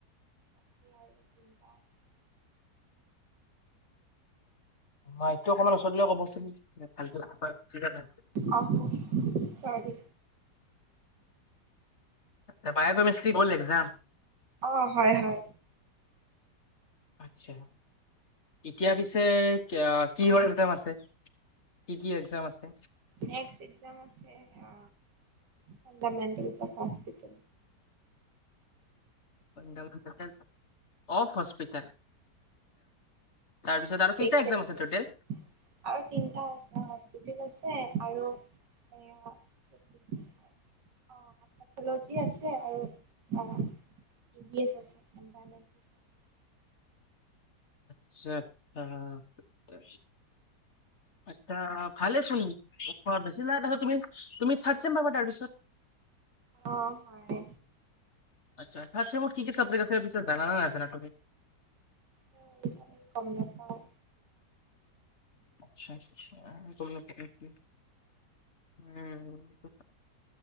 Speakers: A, on the right; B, on the left.
A: বাকী আৰু তিনিটা আছে <unintelligible>
B: মাইকটো অকমান ওচৰত ক'বচোন। াল <inaudible>
A: অ', চৰি
B: আ বায়কমেষ্ট্ৰিক হ'ল এক্সাম?
A: অ হয়-হয়।
B: আছা। এতিয়া পিছে কি কিহৰ এক্সাম আছে? কি কি এক্সাম আছে
A: নেক্সট এ্জাম আছে অ fundamental of hospital.
B: Fundamental of hospital? তাৰপিছত
A: এণ্ড
B: আৰু কেইটা
A: পেইছনট
B: এক্সাম আছে
A: কেয়াৰ,
B: টোটেল
A: আৰু তিনটা আছে হস্পিতাল আছে আৰু এয়া তাৰ পিছত অহ পাইথলগজি আছে আৰু ই ভি ছ আছে এনভাইৰনমেণ্ট সেইয়েন্স।
B: আচ্ছা-অচ্ছা। আচ্ছা ভালে চোন <unintelligible> বেছি নাই তুমি, তুমি থাৰ্ড চেম পাবা তাৰপিছত।
A: অ হয়
B: আছা ফাৰ্ষ্ট ছেমত কি-কি চাবজেক্ট আছে পিছে জনে নে নাজানা তুমি?
A: মই বাৰু গম নাপাওঁ।
B: আচ্ছা-আচ্ছা গম নেপুৱা <unintelligible> উম <unintelligible>